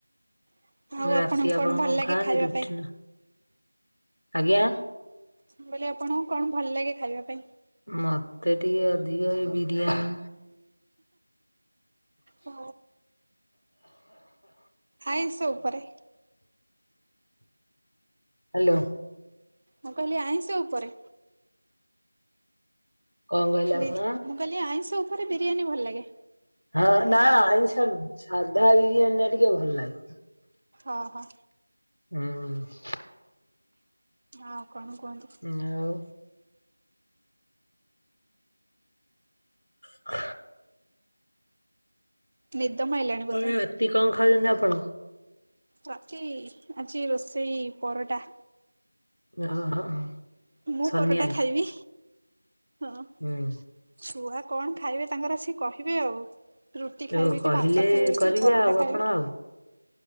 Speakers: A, on the right; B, on the left.
A: ଆଉ
B: ରାତି
A: ଆପଣଙ୍କୁ
B: ଆପଣ
A: କଣ ଭଲ ଲାଗେ
B: ଖାଆନ୍ତି
A: ଖାଇବା
B: ରୁଟି
A: ପାଇଁ?
B: ନା ଆଜ୍ଞା।
A: ମୁଁ କଇଲି ଆପଣଙ୍କୁ କଣ ଭଲ୍ ଲାଗେ ଖାଇବା ପାଇଁ?
B: ମତେ ଟିକେ ଅଧିକ ଏଇ ବିରିୟାନୀ।
A: ଓ ଆଇଁଷ ଉପରେ
B: ହାଲୋ।
A: ମୁଁ କହିଲି ଆଇଁଷ ଉପରେ।
B: କଣ କହିଲେ
A: ବି
B: ଆପଣ?
A: ମୁଁ କହିଲି ଆଇଁଷ ଉପରେ ବିରିୟାନୀ ଭଲ୍ ଲାଗେ।
B: ହଁ ନା ଆଇଁଷ ସାଧା ବିରିୟାନୀଟା ଟିକେ ଭଲ୍ ଲାଗେ।
A: ଓ ହ।
B: ହୁଁ।
A: ଆଉ କଣ କୁହନ୍ତୁ।
B: ଆଉ। ହ
A: ନିଦ ମାଇଲାଣି ବୋଧେ।
B: ଆଉ ରାତି କଣ ଖାଉଛନ୍ତି ଆପଣ?
A: ରାତି ଆଜି ରୋଷେଇ ପରଟା।
B: <unintelligible>
A: ମୁଁ
B: ଶନିବାରେ।
A: ପରଟା ଖାଇବି ହଁ।
B: ହୁଁ।
A: ଛୁଆ କଣ ଖାଇବେ ତାଙ୍କର ସିଏ କହିବେ ଆଉ। ରୁଟି ଖାଇବେ
B: ଯୋଉ କହିଲେ
A: କି ଭାତ ଖାଇବେ
B: କରିବେ
A: କି ପରଟା
B: ଆଉ
A: ଖାଇବେ।
B: ଆପଣ ଆଉ।